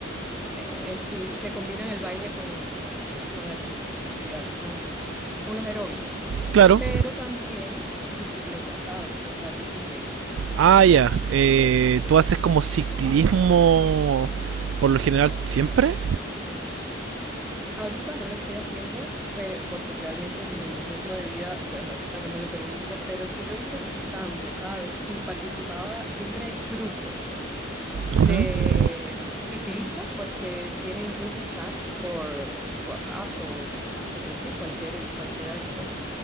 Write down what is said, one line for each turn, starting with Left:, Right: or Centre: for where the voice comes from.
Centre: eh, estil- que combinan el baile con, con- con la actividad, con, con los aeróbicos.
Right: Claro.
Centre: Pero también bicicleta, ¿sabes? Montar bicicleta.
Right: Ah, ya. Eh, ¿tú haces como ciclismo por lo
Centre: Sí,
Right: general siempre?
Centre: ahorita no lo estoy haciendo pe- porque realmente mi ritmo de vida, pues ahorita no me lo permite, pero sí lo hice bastante, ¿sabes? Y participaba, siempre hay grupos
Right: Ujú.
Centre: de ciclistas, pues que tienen incluso chats por WhatsApp o X, cualquier, cualquiera de estas